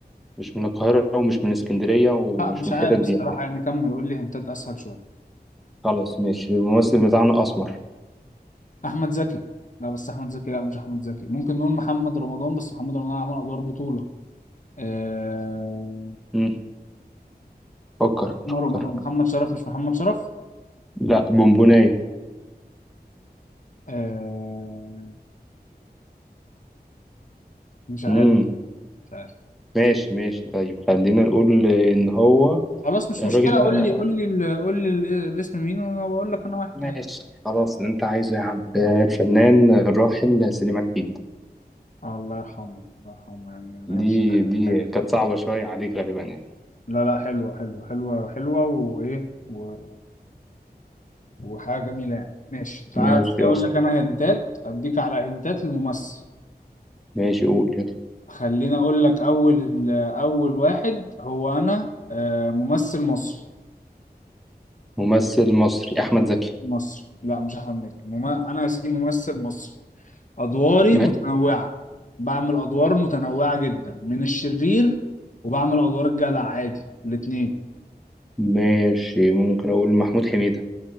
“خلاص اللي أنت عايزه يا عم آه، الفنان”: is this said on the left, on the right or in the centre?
Centre